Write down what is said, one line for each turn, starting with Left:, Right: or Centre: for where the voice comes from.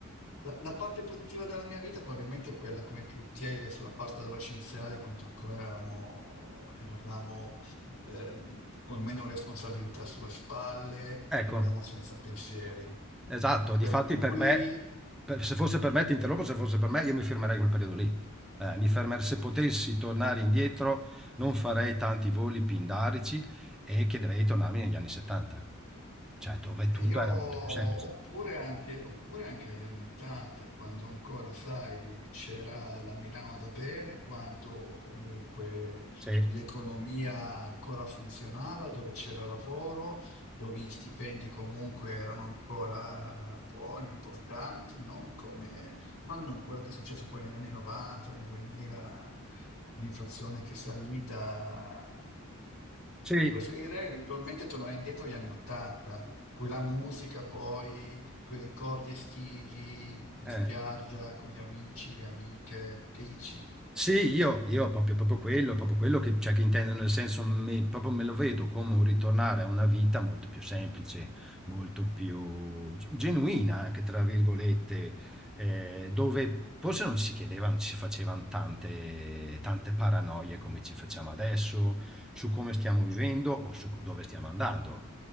Left: la, la parte positiva della mia vita probabilmente è quella, come tutti, è sulla parte adolescenziale, quando ancora eravamo, eravamo, eh, con meno responsabilità sulle spalle, eravamo
Centre: Ecco,
Left: senza pensieri.
Centre: esatto. Difatti
Left: Per cui...
Centre: per me per se fosse per me ti interrompo, se fosse per me io mi fermerei quel periodo lì. Eh, mi fermer se potessi tornare indietro non farei tanti voli pindarici e chiederei di tornarmi negli anni '70. Cioè dove
Left: E
Centre: tutto
Left: Io,
Centre: era
Left: oppure
Centre: molto più semplice.
Left: anche, oppure anche agli anni Ottanta, quando ancora, sai, c'era la Milano da bere, quando comunque
Centre: Sì,
Left: l'economia ancora funzionava, dove c'era lavoro, dove gli stipendi comunque erano ancora buoni, importanti, non come, non quello che è successo poi negli anni 90, nel 2000, l'inflazione che è salita.
Centre: sì,
Left: Preferirei eventualmente tornare indietro agli anni 80 quella musica poi, quei ricordi estivi in
Centre: eh.
Left: spiaggia con gli amici, le amiche, che dici?
Centre: Sì, io io proprio proprio quello proprio quello che cioè che intendo, nel senso mi proprio me lo vedo come un ritornare a una vita molto più semplice, molto più ge "genuina" anche tra virgolette, ehm, dove forse non ci si chiedeva, non ci si facevan tante tante paranoie come ci facciamo adesso, su come stiamo vivendo o su c dove stiamo andando.